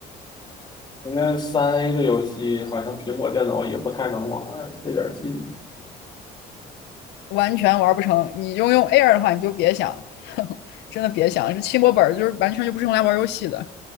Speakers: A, on the left (about 25°); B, on the left (about 85°).
A: 因为三 A 的游戏好像苹果电脑也不太能玩儿，费点劲。
B: 完全玩不成。你就用 Air 的话，你就别想，<laughs> 呵呵真的别想，这轻薄本就是完全就不是用来玩游戏的，